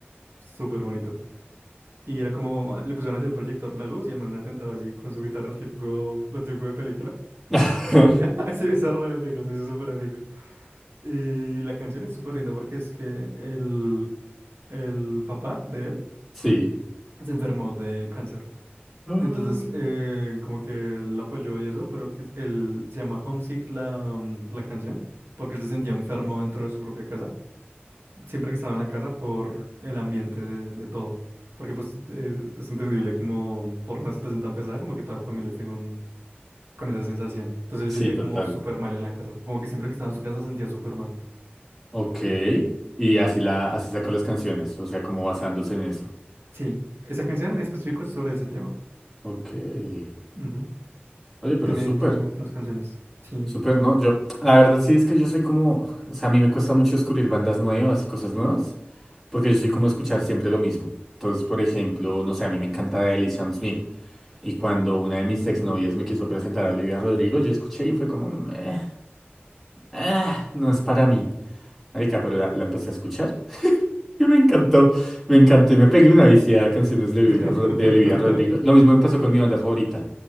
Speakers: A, on the right; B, in the centre.
A: súper bonito. Y era como, le pusieron así el proyector en la luz y el man sentado así con su guitarra, el típico, lo típico de película.
B: <laughs>
A: <laughs> Y Se se hizo re épico, se hizo súper épico. Y la canción es súper linda porque es que el, el papá de él
B: Sí.
A: se enfermó de cáncer.
B: Mm.
A: Entonces, eh, como que él apoyó y eso, pero que él se llama Homesick la, mm, la canción, porque él se sentía enfermo dentro de su propia casa, siempre que estaba en la casa por el ambiente de, de todo. Porque pues es, es entendible como por una situación tan pesada, como que todas las familias estén con, con esa sensación. Entonces él
B: Sí,
A: se sentía
B: total.
A: como súper mal en la casa, como que siempre que estaba en su casa se sentía súper mal.
B: Ok. Y así la, así sacó las canciones, o sea, como basándose en eso.
A: Sí, esa canción en específico es sobre ese tema.
B: Ok.
A: Ujú.
B: Oye, pero
A: Tiene,
B: súper.
A: tiene muy buenas canciones. Sí.
B: Súper, ¿no? Yo, la verdad sí es que yo soy como, o sea, a mí me cuesta mucho descubrir bandas nuevas y cosas nuevas, porque yo soy como escuchar siempre lo mismo. Entonces, por ejemplo, no sé, a mí me encanta Adele y Sam Smith, y cuando una de mis exnovias me quiso presentar a Olivia Rodrigo, yo escuché y fue como, "Meh, ah, no es para mí. Marica, pero la, la empecé a escuchar <laughs> Y me encantó, me encantó y me pegué una viciada a canciones de
A: <laughs>
B: Olivia, Ro- de Olivia Rodrigo. Lo mismo me pasó con mi banda favorita.